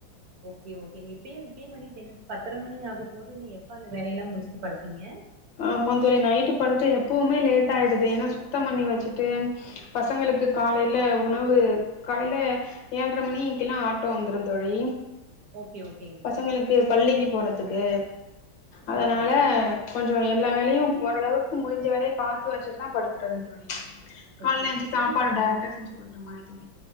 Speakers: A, on the right (about 55°); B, on the left (about 80°).
A: ஓகே ஓகேங்க இப்ப இப்பயே மணி டென் பத்திர மணி ஆக போகுது இனி எப்ப அந்த வேலயெல்லா முடிச்சிட்டு படுப்பீங்க
B: ஆமா தோழி நைட்டு படுக்க எப்பவுமே லேட் ஆயிடுது ஏன்னா சுத்த பண்ணி வச்சிட்டு பசங்களுக்கு காலைல உணவு காலைல ஏழரை மணிக்கெல்லா ஆட்டோ வந்துரு தோழி
A: ஓகே ஓகே
B: பசங்களுக்கு பள்ளிக்கு போறதுக்கு அதனால
A: ஓகே
B: கொஞ்சோ எல்லா வேலயு ஓரளவுக்கு முடிஞ்ச வரையு பாத்து வச்சிட்டு தா படுக்குறது தோழி கால்ல
A: ஓகே
B: எந்திச்சி சாப்பாடு
A: நீங்க
B: டைரக்டா செஞ்சு குடுக்குற மாரி தோழி